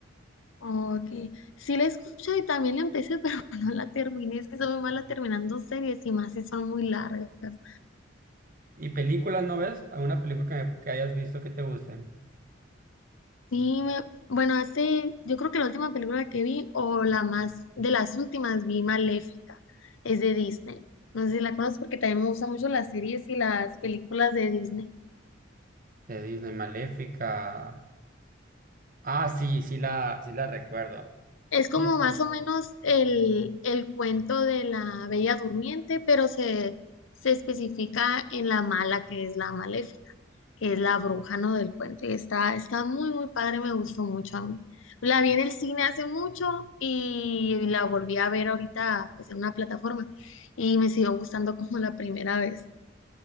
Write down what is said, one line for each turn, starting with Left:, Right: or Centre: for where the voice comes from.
Left: Ok, sí la escuché y también la empecé, <laughs> pero no la terminé, es que soy muy mala terminando series y más si son muy largas.
Right: ¿Y películas no ves? ¿Alguna película que, me- que hayas visto que te guste?
Left: Sí, me- bueno, hace, yo creo que la última película que vi, o la más, de las últimas, vi Maléfica, es de Disney. No sé si la conoces porque también me gustan mucho las series y las películas de Disney.
Right: De Disney, Maléfica. Ah, sí, sí la, sí la recuerdo.
Left: Es como
Right: Sí, sí.
Left: más o menos el, el cuento de la Bella Durmiente, pero se, se especifica en la mala, que es la maléfica, que es la bruja, ¿no? del cuento. Y está, está muy, muy padre, me gustó mucho a mí. La vi en el cine hace mucho y la volví a ver ahorita pues, en una plataforma y me siguió gustando como la primera vez.